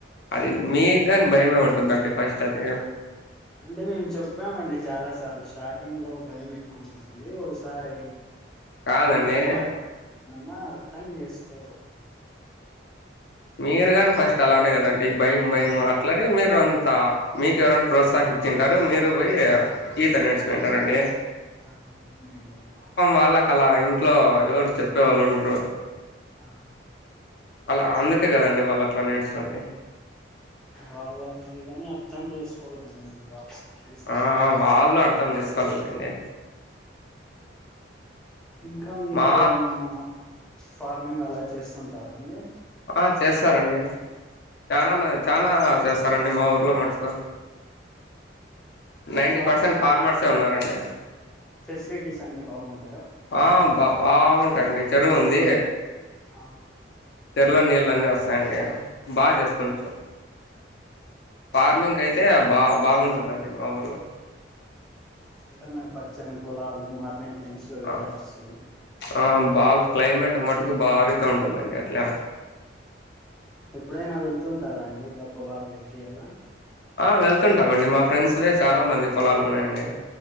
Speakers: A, on the left (about 60°); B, in the centre.
A: అది మీగాని భయమే ఉంటుందండి ఫస్ట్ అది
B: అంటే మేము చెప్పామండి చాలా సార్లు స్టార్టింగ్ లో భయం ఎక్కువ ఉతుంది ఓసారి
A: కాదండి
B: దిగితే అలవాటున్న అర్థం చేసుకోరు వాళ్ళు
A: మీరుగాని ఫస్ట్ అలానే కదండి భయం భయం అట్లానే మీరు అంత మీకు ఎవరైనా ప్రోత్సహించ ఇ తింటారు మీరు పోయి ఈత నేర్చుకు తంటారండి
B: ఆ అల
A: వాళ్ళకి అలా ఇంట్లో ఎవరు చెప్పేవాళ్ళు ఉంటరు
B: ఆ
A: అలా అందుకే కదండి వాళ్ళు అట్లా నేర్చుకోండి
B: వాళ్ళ ఇది కాని అర్థం చేసుకోవాలండి మేం వాళ్ళ సిచ్యువేషన్
A: ఆ
B: కూడా
A: వాళ్ళు అర్థం చేసుకోవలాలండి
B: ఇంకా మీకల్లా
A: మా
B: ఏమన్నా ఫార్మింగ్ అలా చేస్తుంటారం అండి
A: ఆ చేస్తారంండి చాలా మ చనాా చేస్తారంండి మా ఊర్లో మటుకు నైటీ
B: ఫార్మింగ్
A: పర్సెంట్ ఫార్మర్సే ఉన్నారండి
B: ఫెసిలిటీస్ అ బాగుంటుంది
A: ఆ బా బాగుంటాయిడి చెరువు ఉంది
B: ఆ
A: చెరలో నీళ్ళు అన్నీ వస్తాయండి బాగా చేసుకోచ్చు
B: ఆ
A: ఫార్మింగ్ అయితే బా బాగుంటుందండి మా ఊర్లో
B: అంటే మేడం పచ్చని పొలాలు మార్నింగ్ టైమ్స్ లో వెళ్ళచ్చు
A: ఆ ఆ బాగా క్లైమేట్ ఉన్నమటుకు భారీతే ఉంటుందండి అట్లా
B: ఎప్పుడైనా వెళ్తుంటారా అండి ఇలా పొలాాల లేకి అలా
A: ఆ వెళ్తుంటామండి మా ఫ్రెండ్స్వే చాలా మంది పొలాలు ఉన్నాయండి